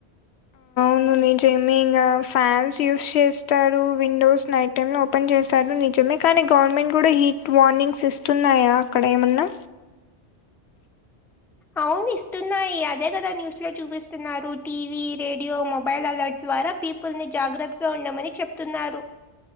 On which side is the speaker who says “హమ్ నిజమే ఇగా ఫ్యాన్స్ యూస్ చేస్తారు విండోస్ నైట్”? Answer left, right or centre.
Left